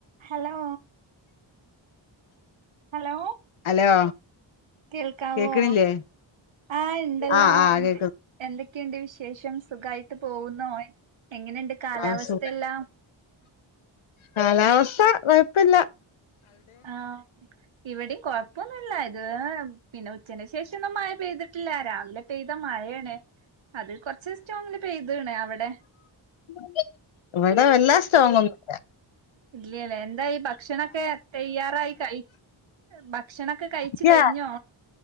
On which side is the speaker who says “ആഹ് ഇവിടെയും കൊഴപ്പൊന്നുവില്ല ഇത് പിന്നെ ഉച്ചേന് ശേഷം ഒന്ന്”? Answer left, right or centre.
Right